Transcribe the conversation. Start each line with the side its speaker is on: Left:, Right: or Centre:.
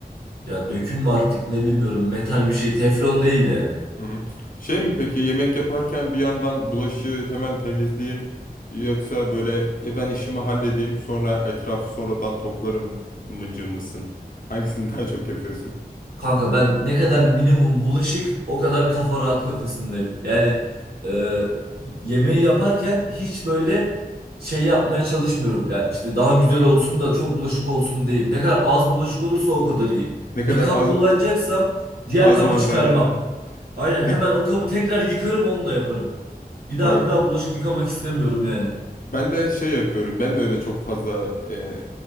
Right: Ya döküm mü artık ne bilmiyorum metal bir şey teflon değil yani.
Left: Hı hı. Şey mi peki yemek yaparken bir yandan bulaşığı hemen temizleyeyim yoksa böyle ya ben işimi halledeyim sonra etrafı sonradan toplarım mıcı mısın? Hangisini <laughs> daha çok yapıyorsun?
Right: Kanka ben ne kadar minimum bulaşık o kadar kafa rahat kafasındayım. Yani e, yemeği yaparken hiç böyle şey yapmaya çalışmıyorum. Yani işte daha güzel olsun da çok bulaşık olsun değil. Ne kadar az bulaşık olursa o kadar iyi.
Left: Ne
Right: Bir
Left: kadar
Right: kap
Left: az
Right: kullanacaksam diğer
Left: az
Right: kabı
Left: malzemeyle
Right: çıkarmam. Aynen
Left: ne,
Right: hemen o kabı tekrar yıkarım onunla yaparım. Bir daha
Left: vay,
Right: bir daha bulaşık yıkamak istemiyorum yani.
Left: Ben de şey yapıyorum. Ben de öyle çok fazla e,